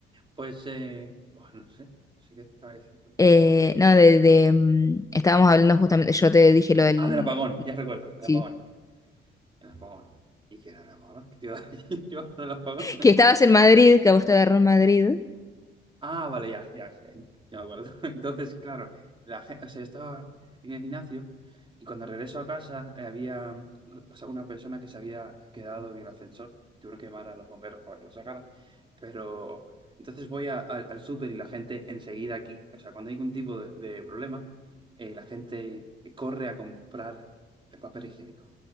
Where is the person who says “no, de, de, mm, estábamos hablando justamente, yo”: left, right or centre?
Left